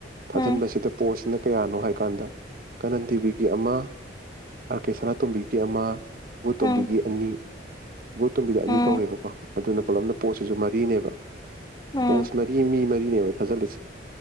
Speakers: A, on the right; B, on the left.
A: ꯊꯥꯖꯤꯟꯕꯁꯤꯗ
B: ꯎꯝ ꯎꯝ
A: ꯄꯣꯠꯁꯤꯅ ꯀꯌꯥꯅꯣ ꯍꯥꯏꯀꯥꯟꯗ ꯀꯅꯟ ꯗꯦꯕꯤꯒꯤ ꯑꯃ ꯑꯥꯔ ꯀꯦ ꯁꯅꯥꯇꯣꯝꯕꯤꯒꯤ ꯑꯃ ꯏꯕꯣꯇꯣꯝꯕꯤꯒꯤ
B: ꯎꯝ
A: ꯑꯅꯤ ꯏꯕꯕꯨꯣꯠꯇꯣꯕꯤꯗ ꯑꯅꯤ
B: ꯎꯝ
A: ꯀꯧꯋꯦꯕꯀꯣ ꯑꯗꯨꯅ ꯄꯨꯣꯂꯞꯅ ꯄꯣꯠꯁꯤꯁꯨ ꯃꯔꯤꯅꯦꯕ <inaudible>
B: ꯎꯝ
A: ꯄꯣꯁ ꯃꯔꯤ ꯃꯤ ꯃꯔꯤ ꯊꯕ ꯊꯥ ꯆꯂꯤꯁ